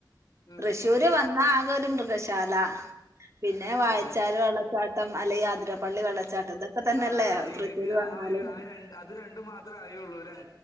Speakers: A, on the left; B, on the right.
A: ഉം
B: തൃ റ്റൂര് വന്നാ ആകെ ഒരു മൃഗശാല പിന്നെ വായച്ചാല്
A: അതെല്ലേ
B: വെള്ള ച്ചാട്ടം അല്ലെങ്ങി ആതിര പള്ളി വെള്ളച്ചാട്ടം ഇതൊക്കെ തന്നെഅല്ലേ
A: ആഹ് നിങ്ങക്ക്
B: തൃശൂര് വന്നാല്
A: ആ ഒരു ആ രണ്ട് അത് രണ്ടു മാത്രേ അറിയൊള്ളൂല്ലെ